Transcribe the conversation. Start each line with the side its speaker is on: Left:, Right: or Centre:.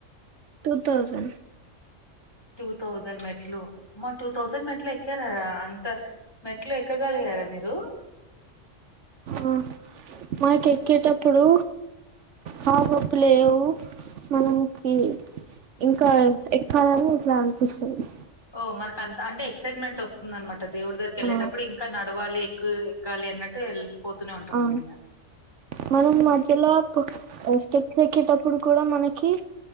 Right: టూ థౌజండ్
Left: టూ థౌజండ్ మెట్లు అమ్మా టూ థౌసండ్ మెట్లు ఎక్కార అంత మెట్లు ఎక్కగలి కా టారా మీరు
Right: ఆ మాకు ఎక్కేటప్పుడు హా బప్పులేవు మనము కి ఇంకా ఎక్కాలని ఇట్లా అనిపిస్తుంది
Left: ఓ మనకు అంత అంటే ఎక్సైట్మెంట్ వస్తుంద అనట దేవుడి దగ్రికి వెళ్ళేటప్పుడు
Right: ఆ
Left: ఇంకా నడవాలి ఎక్కువ ఎక్కాలి అన్నట్టు వెళ్ళిపోతూనే ఉంటాం
Right: అ
Left: అనమాట
Right: మన మాజలప్ స్టెప్ ఎక్కేటప్పుడు కూడా మనకి